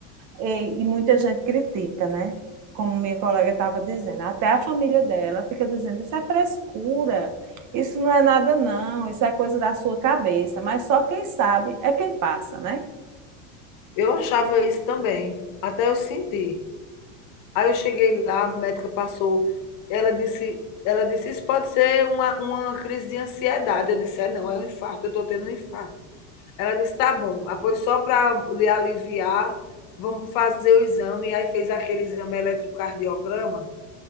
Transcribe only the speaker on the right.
e, e muita gente critica, né? Como minha colega estava dizendo, até a família dela fica dizendo: isso é frescura, isso não é nada, não, isso é coisa da sua cabeça. Mas só quem sabe é quem passa, né?